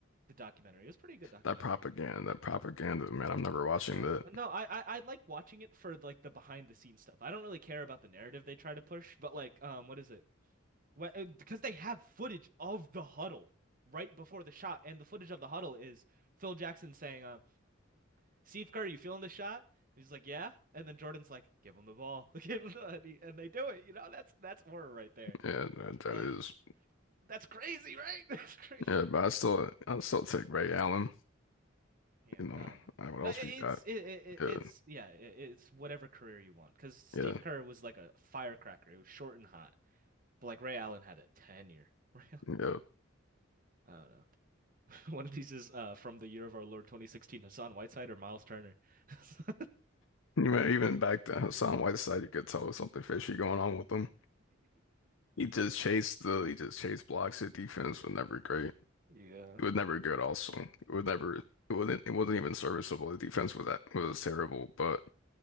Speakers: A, on the right; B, on the left.
A: the documentary. It was a pretty good documentary.
B: That propaganda, that propaganda, man, I'm never watching
A: Yeah, I
B: that.
A: know. No, I, I I like watching it for like the behind the scenes stuff. I don't really care about the narrative they try to push, but like um what is it? because they have footage of the huddle right before the shot, and the footage of the huddle is Phil Jackson saying, uh, "Steve Kerr, you feeling the shot?" And he's like, "Yeah," and then Jordan's like, "Give him the ball," <laughs> Give him the- and, he- and they do it. You know, that's that's horror right there.
B: Yeah, that, that
A: Like
B: is
A: that's crazy, right? <laughs> That's crazy.
B: yeah, but
A: Like,
B: I still I still take Ray Allen,
A: yeah,
B: you know.
A: I don't know.
B: All right, what else
A: Uh, It's
B: we got?
A: it, it
B: Yeah,
A: it's yeah it, it's whatever career you want because Steve
B: yeah,
A: Kerr was like a firecracker. It was short and hot, but like Ray Allen had a tenure. <laughs> Ray
B: yeah.
A: I don't know. <laughs> One of these is uh from the year of our Lord 2016, Hassan Whiteside or Miles Turner. <laughs>
B: You know, even back then, Hassan Whiteside, you could tell there was something fishy going on with him. He just chased the, he just chased blocks. His defense was never great.
A: Yeah.
B: It was never good. Also, it was never, it wasn't, it wasn't even serviceable. The defense was that was terrible. But